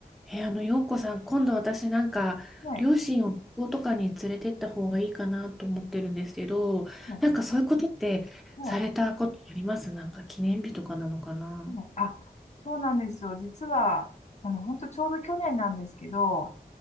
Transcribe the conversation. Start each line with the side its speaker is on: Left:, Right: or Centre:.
Centre: え、あの、洋子さん、今度私なんか、
Left: はい、
Centre: 両親を旅行とかに連れてった方がいいかなと思ってるんですけど、
Left: はい、
Centre: なんかそういうことってされたことありますなんか記念日とかなのかな
Left: はい、はいあ、そうなんですよ。実は、あの、本当ちょうど去年なんですけど、